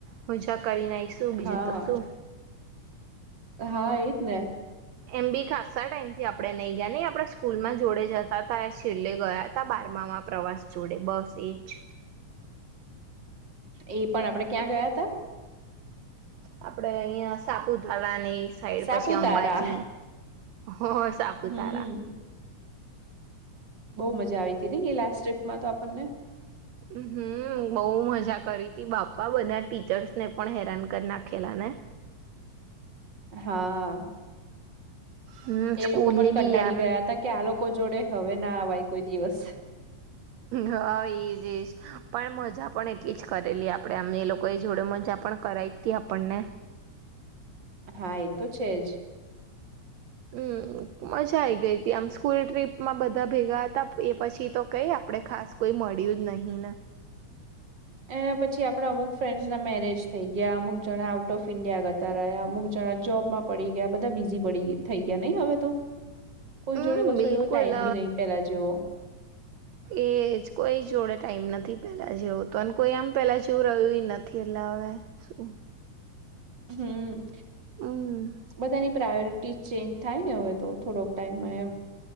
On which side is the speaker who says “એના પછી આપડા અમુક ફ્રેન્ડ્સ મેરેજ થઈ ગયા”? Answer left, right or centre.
Right